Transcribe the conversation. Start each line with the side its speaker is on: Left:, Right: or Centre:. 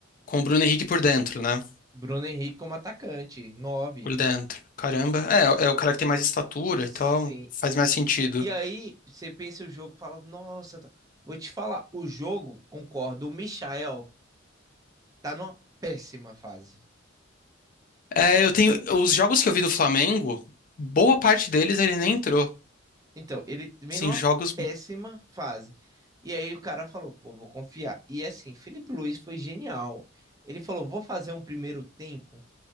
Left: com o Bruno Henrique por dentro, né?
Right: Bruno Henrique como atacante, nove
Left: Por dentro. Caramba. É, é o cara que tem mais estatura
Right: Sim.
Left: e tal. Faz mais sentido.
Right: E aí você pensa o jogo, fala, nossa, tá- vou te falar, o jogo, concordo, o Michael tá numa péssima fase.
Left: É, eu tenho. Os jogos que eu vi do Flamengo, boa parte deles ele nem entrou.
Right: Então, ele vem
Left: Sim,
Right: numa
Left: jogos.
Right: péssima fase. E aí o cara falou, pô, vou confiar. E assim, Felipe Luiz foi genial. Ele falou, vou fazer um primeiro tempo